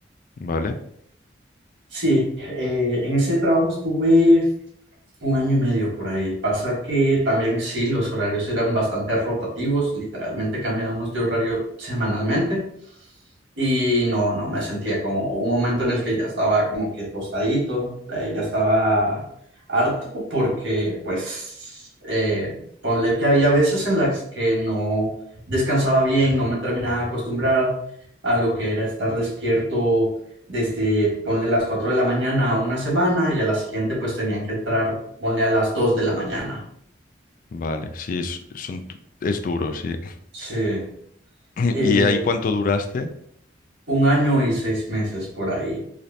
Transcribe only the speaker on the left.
Vale,
vale, sí, es, son, tu- es duro, sí. <laughs>
<clears throat>
¿Y ahí cuánto duraste?